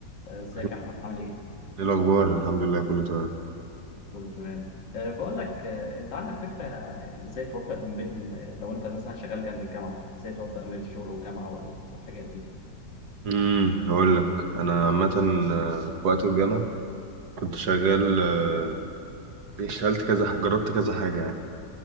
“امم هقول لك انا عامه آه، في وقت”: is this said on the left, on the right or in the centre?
Right